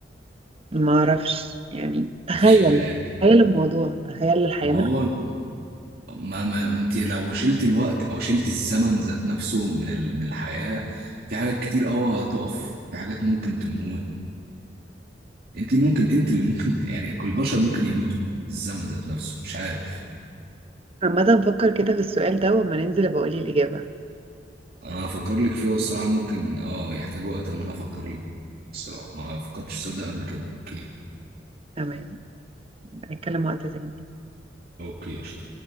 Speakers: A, on the right; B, on the right.
A: ما اعرفش يعني تخيل
B: مش عارف
A: تخيل الموضوع تخيل الحياة
B: ما
A: من
B: هو ما ما انت لو شلت الوقت او شلت الزمن ذات نفسه من ال- من الحياة في حاجات كتير قوي هتقف في حاجات ممكن تموت انت ممكن انت اللي ممكن <laughs> ت- يعني كل البشر ممكن يموتوا الزمن ذات نفسه مش عارف
A: عامة فكر كده في السؤال ده وما ننزل ابقى اقولي الإجابة
B: انا هفكر لك فيها الصراحة ممكن اه يحتاج وقت ان انا افكر لك الصراحة ما فكرتش في السؤال ده قبل كده اوكي
A: تمام نتكلم وقت تاني
B: اوكي قشطة.